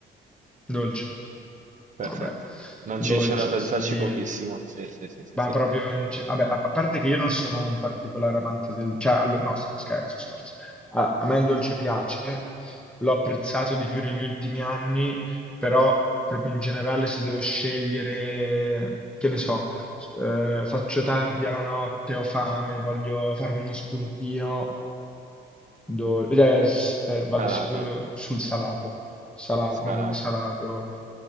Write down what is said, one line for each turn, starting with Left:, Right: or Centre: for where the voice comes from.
Centre: Dolce.
Right: Perfetto.
Centre: Vabbè,
Right: Non
Centre: dolce,
Right: ci c'è da pensarci
Centre: sì.
Right: pochissimo. Sì, sì, sì, sì,
Centre: Ma
Right: sì.
Centre: proprio non ci- Vabbè, a a parte che io non sono un particolare amante del... Cioè, allo- no, scherzo, scherzo. A, a me il dolce piace, l'ho apprezzato di più negli ultimi anni, però proprio in generale se devo scegliere, che ne so, s- eh, faccio tardi alla notte, ho fame, voglio farmi uno spuntino, do- eh, s- eh, vado
Right: Salato,
Centre: sicuro sul salato, salato,
Right: salato.
Centre: ma proprio salato.